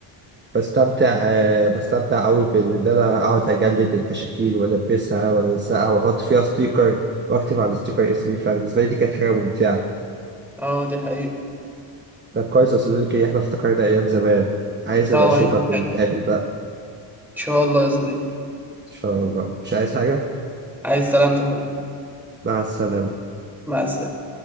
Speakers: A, on the right; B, in the centre.
A: بستمتع آه، بستمتع قوي بان انا اقعد اجلد الكشاكيل والبسها والزقها واحط فيها ستيكر واكتب على الستيكر اسمي فبالنسبه لي دي كانت حاجه ممتعه
B: اه دي حقيقة
A: طب كويس يا صديقي احنا افتكرنا ايام زمان عايز ابقى
B: اه
A: اشوفك
B: يا
A: ونتقابل
B: حلو ان
A: بقى
B: شاء الله يا صديقي
A: ان شاء الله مش عايز حاجه
B: عايز سلامتك يا حبيبي
A: مع السلامه
B: مع السلامة